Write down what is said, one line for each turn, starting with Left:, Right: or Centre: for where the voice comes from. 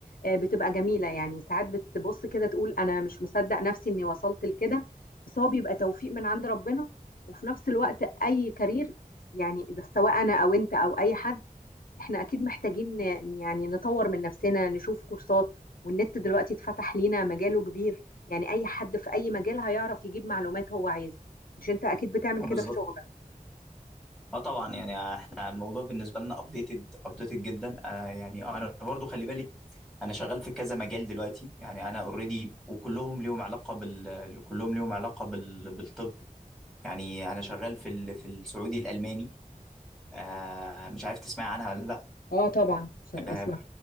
Left: آه، بتبقى جميلة يعني ساعات بتبص كده تقول انا مش مصدق نفسي اني وصلت لكده بس هو بيبقى توفيق من عند ربنا وفي نفس الوقت اي كارير يعني اذا سواء انا او انت او اي حد احنا اكيد محتاجين ن- يعني نطور من نفسنا نشوف كورسات والنت دلوقتي اتفتح لينا مجاله كبير يعني اي حد في اي مجال هيعرف يجيب معلومات هو عايزها مش انت اكيد بتعمل
Centre: اه
Left: كده
Centre: بالظبط
Left: في شغلك
Centre: اه طبعا يعني احنا الموضوع بالنسبة لنا ابديتد ابديتد جدا آه يعني انا برضو خلي بالك انا شغال في كذا مجال دلوقتي يعني انا اوريدي وكلهم ليهم علاقة بال كلهم ليهم علاقة بال... بالطب يعني انا شغال في ال... في السعودي الالماني آه مش عارف تسمعي عنها ولا لا
Left: اه طبعا عشان اصلا
Centre: آه،